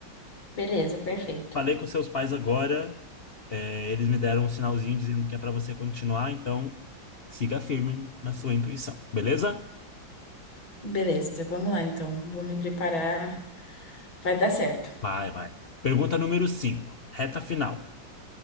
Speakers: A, on the left; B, on the left.
A: Beleza, perfeito.
B: Falei com seus pais agora. É, eles me deram um sinalzinho dizendo que é para você continuar, então siga firme na sua intuição, beleza?
A: Beleza, vamos lá então. Vou me preparar. Vai dar certo.
B: Vai, vai. Pergunta número 5. reta final.